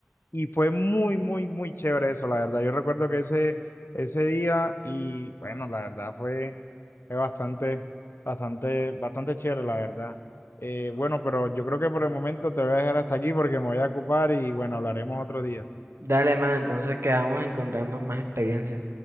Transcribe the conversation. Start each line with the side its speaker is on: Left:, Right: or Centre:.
Left: Y fue muy, muy, muy chévere eso, la verdad. Yo recuerdo que ese, ese día, y bueno, la verdad fue, fue bastante, bastante, bastante chévere, la verdad. Eh, bueno, pero yo creo que por el momento te voy a dejar hasta aquí porque me voy a ocupar y bueno, hablaremos otro día.
Right: Dale, man, entonces quedamos encontrando más experiencias.